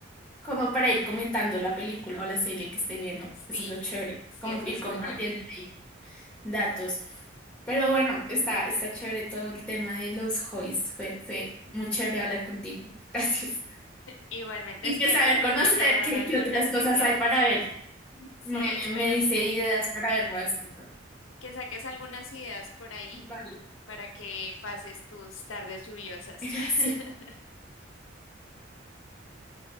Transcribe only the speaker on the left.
Sí,
sí,
eso
es
muy bueno.
Igualmente
espero
que
te haya dado
algunas
ideas.
Sí,
espero
que,
que saques algunas ideas por ahí
para que pases tus tardes lluviosas.
<laughs>